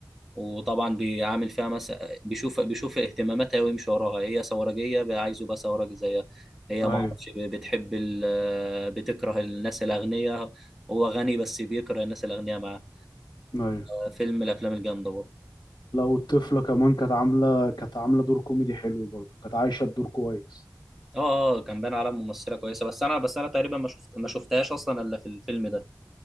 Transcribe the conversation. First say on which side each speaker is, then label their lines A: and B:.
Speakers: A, in the centre; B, on the left (about 70°).
A: وطبعا بيعامل فيها مثلا بيشوف بيشوف اهتماماتها ويمشي وراها هي ثورجية بقى عايزه يبقى ثورجي زيها هي
B: ايوه
A: ما اعرفش ب- بتحب ال... آه، بتكره الناس الأغنياء هو غني بس بيكره الناس الأغنياء معاه
B: ايوه
A: آه، فيلم من الأفلام الجامدة برضه
B: لو الطفلة كمان كانت عاملة كانت عاملة دور كوميدي حلو برضه كانت عايشة الدور كويس
A: اه اه كان باين على ممثله كويسه بس انا بس انا تقريبا ما شفت ما شفتهاش اصلا الا في الفيلم ده